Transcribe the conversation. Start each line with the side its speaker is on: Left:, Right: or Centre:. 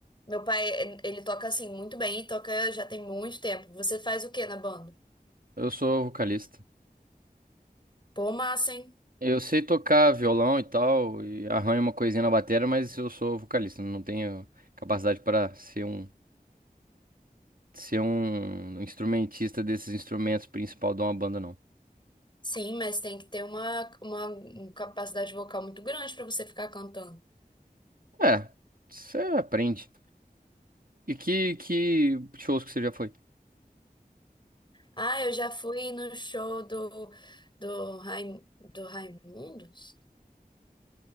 Left: Meu pai, ele toca assim muito bem e toca já tem muito tempo. Você faz o quê na banda?
Right: Eu sou vocalista.
Left: Pô, massa, hein?
Right: Eu sei tocar violão e tal, e arranho uma coisinha na bateria, mas eu sou vocalista, não tenho capacidade para ser um ser um instrumentista desses instrumentos principal de uma banda, não.
Left: Sim, mas tem que ter uma, uma capacidade vocal muito grande para você ficar cantando.
Right: É, você aprende. E que que shows que você já foi?
Left: Ah, eu já fui no show do, do, Raim, do Raimundos?